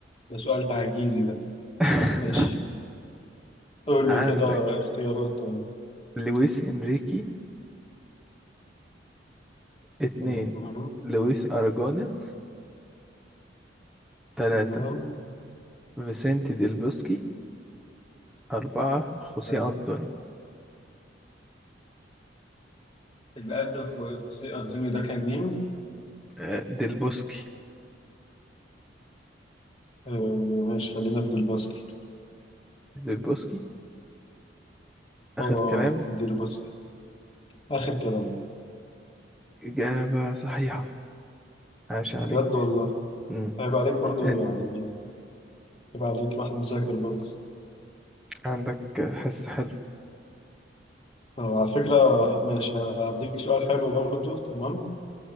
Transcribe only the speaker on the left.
ده سؤال تعجيزي ده
ماشي قول
لي كده اختيارات طيب
تمام
تمام
تمام.
اللي قبل خو- خوسيه أنطونيو ده كان مين؟
آه ماشي خلينا في الباسكت
اه
دي الباسكت آخر كلام
بجد
والله
هيبقى عليك برضه
يعني هيبقى عليك واحد مذاكر برضه
طب على فكرة ماشي هديك سؤال حلو برضو تمام